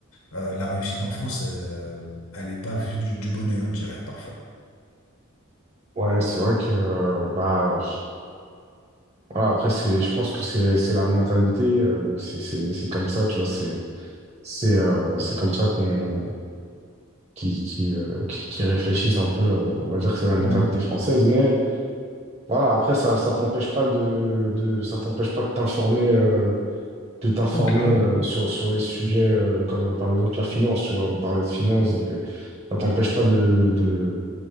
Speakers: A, on the left (about 80°); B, on the right (about 30°).
A: Euh, la réussite en France, euh, elle n'est pas vue du, du bon œil, on dirait, parfois.
B: Ouais, c'est vrai que, euh, bah, voilà, après, c'est, je pense que c'est, c'est la mentalité, euh, c'est, c'est, c'est comme ça, tu vois, c'est, c'est, euh, c'est comme ça qu'on, qui, qui, euh, qui, qui réfléchissent un peu, euh, on va dire que c'est la mentalité
A: Ouais.
B: française, mais, Voilà, après, ça, ça t'empêche pas de, de, ça t'empêche pas de t'informer, euh, de t'informer
A: Ouais, clairement.
B: euh, sur, sur les sujets euh, comme euh, par exemple la finance, tu vois, on parlait de finance, donc euh, ça t'empêche
A: Ouais.
B: pas de, de,